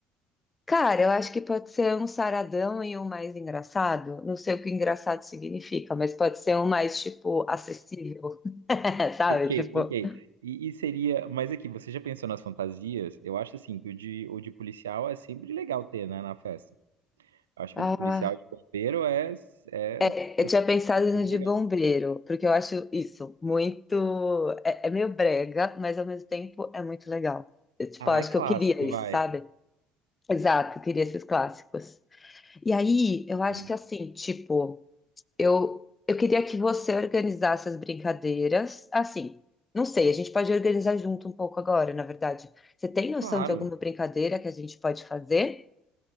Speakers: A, on the left (about 25°); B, on the right (about 90°).
A: Cara, eu acho que pode ser um saradão e um mais engraçado. Não sei o que engraçado significa, mas pode ser um mais, tipo, acessível, <laughs> sabe?
B: Ok,
A: Tipo,
B: ok. E, e seria. Mas aqui, você já pensou nas fantasias? Eu acho assim que o de, o de policial é sempre legal ter, né, na festa. Acho
A: ah,
B: que o de policial e de bombeiro é, é
A: é, eu
B: assim,
A: tinha pensado no
B: legal.
A: de bombeiro, porque eu acho isso muito. É, é meio brega, mas ao mesmo tempo é muito legal. Eu, tipo,
B: Ah,
A: acho
B: é clássico,
A: que eu queria isso,
B: vai.
A: sabe? Exato, eu queria esses clássicos. E aí, eu acho
B: Sim.
A: que assim, tipo. Eu, eu queria que você organizasse as brincadeiras. Assim, não sei, a gente pode organizar junto um pouco agora, na verdade. Você tem noção
B: Claro.
A: de alguma brincadeira que a gente pode fazer?